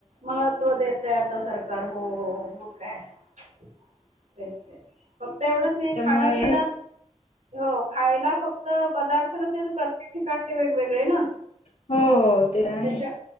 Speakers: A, on the right (about 80°); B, on the left (about 65°).
A: महत्त्व देतय आता सरकार. हो हो मग काय? तेच तेच. फक्त एवढंच
B: त्याच्यामुळे
A: खाण पिण- हो खायला फक्त पदार्थ कसे प्रत्येक ठिकाणचे वेगवेगळे ना?
B: हो ते आहे.
A: त्याच्या